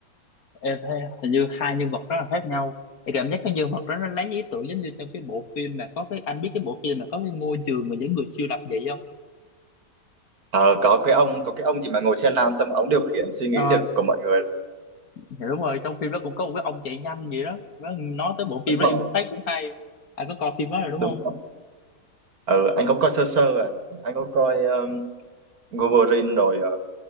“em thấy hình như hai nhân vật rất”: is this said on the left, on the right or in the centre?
Left